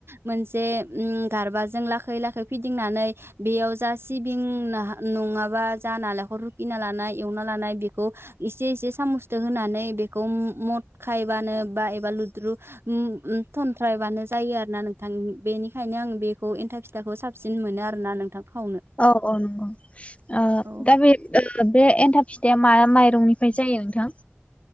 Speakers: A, on the right; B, on the left.
A: मोनसे उम गारबा जों लाखै लाखै फिदिंनानै बेयाव जा सिबिं नाहा-नङाबा जा नालेखर रु गिना लानाय एवना लानाय बेखौ इसे इसे सामुसदो होनानै ओ बेखौ मदखायबानो, बा एबा लुद्रु उम थन्थ्रायबानो जायो आरो ना नोंथां बेनिखायनो आं बेखौ, एन्था फिथाखौ साबसिन मोनो आरो ना नोंथां, खावनो
B: औ औ नोंगौ ओ
A: औ
B: दा बे ओ, बे एन्थाब फिथाइया मा माइरंनिफ्राय जायो नोंथां,